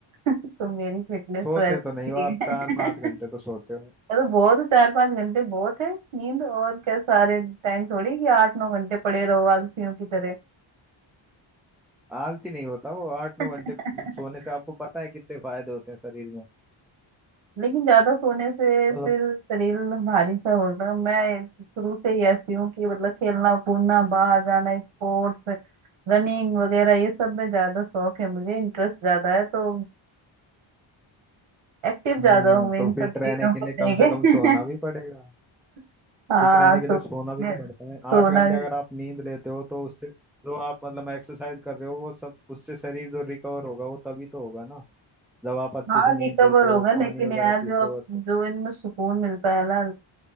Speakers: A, on the right; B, in the centre.
A: <laughs> तो मेरी फिटनेस
B: सोते
A: तो ऐसे
B: तो नहीं हो
A: ठीक
B: आप चार पांच
A: है
B: घंटे तो सोते हो
A: अरे बहुत है, चार पांच घंटे बहुत है नींद और क्या सारे टाइम थोड़ी कि आठ नौ घंटे पड़े रहो आलसियों की तरह
B: आलसी नहीं होता वो आठ नौ
A: <laughs>
B: घंटे सोने से आपको पता है कितने फायदे होते हैं शरीर में
A: लेकिन ज्यादा सोने से
B: मतलब
A: फिर शरीर भारी सा होता है मैं शुरू से ही ऐसी हूँ कि मतलब खेलना कूदना बाहर जाना स्पोर्ट्स रनिंग वगैरह ये सब में ज्यादा शौक है मुझे इंटरेस्ट ज्यादा है तो एक्टिव
B: हम्म
A: ज्यादा हूँ मैं
B: तो
A: इन सब
B: फिट रहने
A: चीजों
B: के
A: को
B: लिए कम
A: लेके
B: से कम सोना भी पड़ेगा
A: <laughs> हाँ
B: फिट रहने के
A: तो
B: लिए
A: मुझे
B: सोना भी तो पड़ता है
A: सोना
B: आठ घंटे अगर आप नींद लेते हो तो उससे जो आप मतलब एक्सरसाइज कर रहे हो वो सब उससे शरीर जो रिकवर होगा वो तभी तो होगा ना जब आप अच्छे
A: हाँ
B: से नींद
A: रिकवर
B: लेते हो
A: होगा लेकिन
B: पानी वगैरह
A: यार
B: पीते
A: जो अब
B: हो अच्छे से।
A: जो इनमें सुकून मिलता है ना